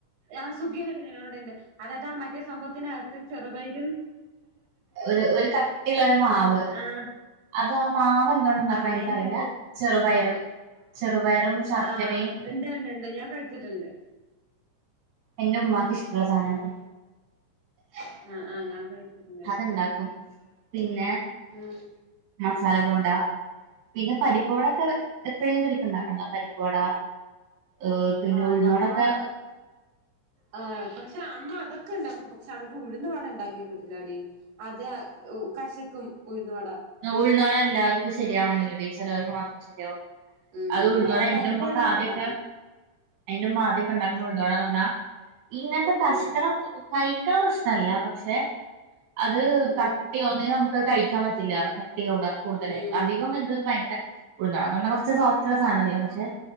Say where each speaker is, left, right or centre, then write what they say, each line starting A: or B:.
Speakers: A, on the right; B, on the right.
A: ആഹ് സുഖിയനോക്കെ ഞങ്ങളെ ഇവിടെണ്ട് അതായത് ആ മറ്റേ സംഭവത്തിനകത്ത് ചെറുപയ്രും
B: ഒരു ഒരു കട്ടിയുള്ളോരു മാവ്.
A: ആഹ്
B: അത് ആ മാവ് എന്തോണ്ടാ ഇണ്ടാക്കണെ
A: അത
B: എനിക്കറിയില്ല
A: അതിനകത്ത്
B: ചെറുപയറ് ചെറുപയറും ശർക്കരയും
A: ആഹ് ഇണ്ട് ഇണ്ട് ഇണ്ട് ഞാൻ കഴിച്ചിട്ടുണ്ട്.
B: എന്റെ ഉമ്മാക്ക് ഇഷ്ടുള്ള സാനാ അത്.
A: ആഹ് ആഹ് ഞാ കഴിച്ചിട്ടുണ്ട് ട്ടാ
B: അത്ണ്ടാക്കും
A: അത്
B: പിന്നെ
A: ആം.
B: മസാല ബോണ്ട. പിന്നെ പരിപ്പ് വടയോക്കെ എപ്പോഴെങ്കിലും ഒരിക്ക ഇണ്ടാക്ക്‌ണത പരിപ്പ് വട ഹ് പിന്നെ
A: ആഹ്
B: ഉഴുന്നുവടൊക്കെ
A: ഞങ്ങളവിടെ ആഹ് പക്ഷെ അമ്മ അതൊക്കെ ഇണ്ടാക്കും പക്ഷെ അമ്മക്ക് ഉഴുന്ന് പാട ഉണ്ടാക്കിയ കിട്ടില്ലാടി. അത് ആഹ് കശക്കും ഉഴുന്ന് വട.
B: ഉഴുന്ന് വട എല്ലാവർക്കും ശരിയാവണം എന്നില്ല ഡി ചെലവർക്ക് മാത്രം ശരിയാവോള്ളു.
A: ഉം
B: അത് ഉഴുന്നു
A: ബാക്കി
B: വട എന്റുമ്മക്ക്‌
A: പരിപ്പ് വടയൊക്കെ
B: ആദ്യൊക്കെ
A: ഉണ്ടാക്കും
B: എന്റുമ്മ അദ്യൊക്കെ ഇണ്ടാക്കുന്ന ഉഴുന്നുവടാന്നർഞ്ഞാ ഇങ്ങനത്തെ കശ്കടം
A: ഉം
B: ഒ ക്കയ്ക്കണ പ്രശ്നല്ല പക്ഷെ അത്
A: ഉം
B: കട്ട്യോ ഒന്നെങ്കി നമുക്കത് കഴിക്കാൻ പറ്റി ത്തില്ല കട്ടികൂട കൂടുതലായിട്ട്
A: ഉം
B: അധികം ഇത് ഭയങ്കര ഉഴുന്ന് വടാന്നർഞാ കോർച്ച് സോഫ്റ്റ് ഉള്ള സാനല്ലേ പക്ഷെ